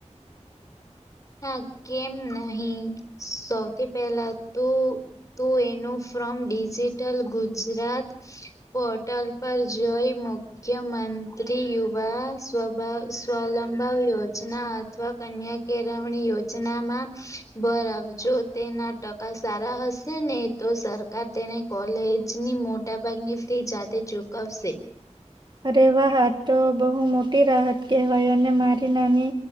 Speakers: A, on the left; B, on the right.
A: હા કેમ નહીં સૌથી પહેલા તું તું એનું ફોમ ડિજિટલ ગુજરાત પોર્ટલ પર જોઈ મુખ્યમંત્રી મંત્રી યુવા સ્વલંભ યોજના અથવા કન્યા કે અગાઉ ની યોજનામાં બર આવજો તેના ટકા સારા હશે ને તો. સરકાર તેને કોલેજની મોટા ભાગની ફી જાતે ચૂકવશે.
B: અરે વાહા તો બહુ મોટી રાહત કહેવાય અને મારી નાની